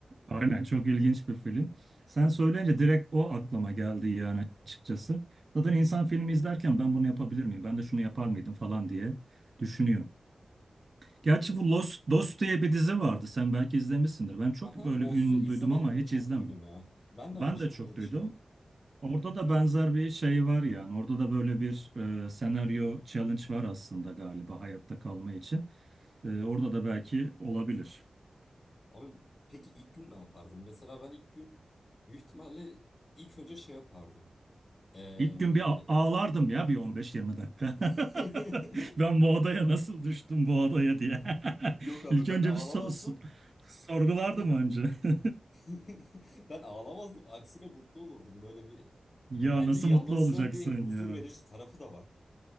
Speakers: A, on the right (about 40°); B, on the left (about 40°).
A: Aynen çok ilginç bir film. Sen söyleyince direkt o aklıma geldi yani açıkçası. Zaten insan filmi izlerken ben bunu yapabilir miyim? Ben de şunu yapar mıydım falan diye düşünüyor. Gerçi
B: Evet.
A: bu Lost, Lost diye bir dizi vardı. Sen belki izlemişsindir. Ben çok
B: Aha
A: böyle
B: Lost'u
A: ün
B: izlemedim
A: duydum ama hiç
B: de çok
A: izlemedim.
B: duydum ya. Ben de aynı
A: Ben
B: şekilde
A: de çok duydum.
B: de şey.
A: Orada da
B: <laughs>
A: benzer bir şey var yani. Orada da böyle bir e, senaryo challenge var aslında galiba hayatta kalma için. E, orada da belki olabilir.
B: Abi peki ilk gün ne yapardım? Mesela ben ilk gün büyük ihtimalle ilk önce şey yapardım. Ee...
A: İlk gün bir a- ağlardım ya bir 15-20 dakika.
B: <laughs>
A: <laughs> Ben bu odaya nasıl düştüm bu odaya diye. <laughs>
B: Yok abi
A: İlk
B: ben
A: önce
B: ağlamazdım.
A: bir so- so- sorgulardım
B: <laughs> Buyur.
A: önce. <laughs>
B: <laughs> Ben ağlamazdım. Aksine mutlu olurdum. Böyle bir
A: Ya
B: bence
A: nasıl
B: yalnızlığın
A: mutlu olacaksın
B: bir huzur
A: ya.
B: verici tarafı da var.